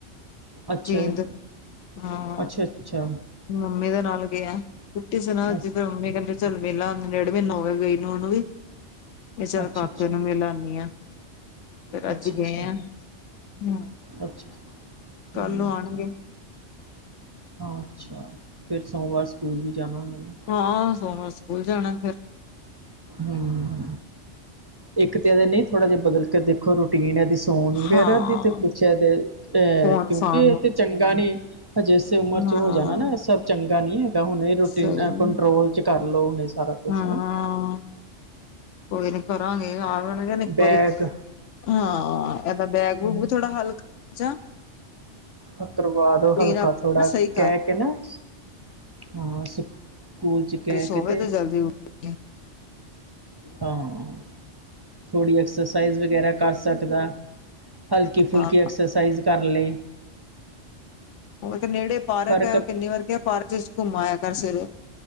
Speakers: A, on the right (about 30°); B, on the left (about 80°).
A: ਅੱਛਾ
B: ਜੀਂਦ
A: ਜੀ।
B: ਹਾਂ
A: ਅੱਛਾ-ਅੱਛਾ।
B: ਮੰਮੀ ਦੇ ਨਾਲ ਗੇਆ ਛੁੱਟੀ ਸੀ ਨਾ ਅੱਜ
A: ਅੱਛਾ
B: ਫਿਰ ਮੰਮੀ ਕੈਂਦੇ ਚਲੋ ਮਿਲ ਔਨੇ ਡੇਢ ਮੀਨਾ ਹੋ ਗਈ ਨੂੰ ਓਨੂੰ ਵੀ। ਵੀ ਚੱਲ
A: ਅੱਛਾ
B: ਕਾਕੇ
A: ਅੱਛਾ
B: ਨੂੰ ਮਿਲ ਆਨੀ ਆ। ਫਿਰ
A: ਅੱਛਾ
B: ਅੱਜ
A: ਅੱਛਾ
B: ਗਏਂ ਆਂ, ਹੂੰ,
A: ਅੱਛਾ ਠੀਕ
B: ਕੱਲ ਨੂੰ ਆਣਗੇ।
A: ਹੈ ਅੱਛਾ, ਫੇਰ ਸੋਮਵਾਰ ਸਕੂਲ ਵੀ ਜਾਨਾ ਓਨਾਂ ਨੇ।
B: ਹਾਂ ਸੋਮਵਾਰ ਸ ਕੂਲ ਜਾਣਾ ਫੇਰ।
A: ਹੂੰ, ਇਕ ਤੇ ਐਦੇ ਨੀ ਥੋੜਾ ਜਾ ਬਦਲ ਕੇ ਦੇਖੋ ਰੂਟੀਨ ਐਦੀ ਸ ਫੋਨ ਵਗੈਰਾ
B: ਹਾਂ
A: ਦੀ ਤੇ ਕੁਛ ਐਦੇ, ਐ
B: ਫੋਨ
A: ਕਿਉਂਕੀ
B: ਫਾਨ
A: ਏ
B: ਨੂੰ
A: ਤੇ ਚੰ ਚੰਗਾ ਨੀ, ਹਜੇੇ ਇਸੇ ਉਮਰ ਚ
B: ਹਾਂ
A: ਹੋ ਜਾਣਾ ਨਾ ਸਭ ਚੰਗਾ ਨੀ ਹੈਗਾ ਹੁਣੇ ਈ ਰੂਟੀ
B: ਸਹੀ
A: ਕੰਟਰੋਲ ਚ ਕਰ ਲੋ ਹੁਨ ਸਾਰਾ ਕੁਛ
B: ਹਾਂ
A: ਨਾ।
B: ਕੋਈ ਨੀ ਕਰਾਂਗੇ ਆ <unintelligible> ਇਕ
A: ਬੈਗ
B: ਵਾਰੀ। ਹਾਂ, ਐਦਾ ਬੈਗ-ਬੂਗ ਵੀ ਥੋੜਾ ਹਲ <unintelligible>
A: ਆ ਕਰਵਾ ਦੋ ਹਲਕਾ
B: ਆਪਣਾ
A: ਥੋੜਾ,
B: ਸਹੀ
A: ਕੈ
B: ਕਰ
A: ਕੇ ਨਾ ਹਾਂ, ਸਾ, ਕੂਲ ਚ ਕੈ
B: ਸੋਵੇ
A: ਕੇ ਤੇ
B: ਜਲਦੀ ਉੱਠ
A: ਹਾਂ। ਥੋੜੀ ਐਕਸਸਾਈਜ਼ ਵਗੈਰਾ ਕਰ ਸਕਦਾ, ਹਲਕੀ-ਫੁਲਕੀ
B: ਹਾਂ
A: ਐਕਸਸਾਈਜ਼ ਕਰ ਲੇ।
B: ਓ ਤੇ ਨੇੜੇ ਪਾਰਕ
A: ਫ਼ਰਕ
B: ਐ ਕਿੰਨੀ ਵਾਰ ਕੇਆ ਪਾਰਕ ਵਿੱਚ ਘੁੰਮ ਆਏਆ ਕਰ ਸਵੇਰੇ।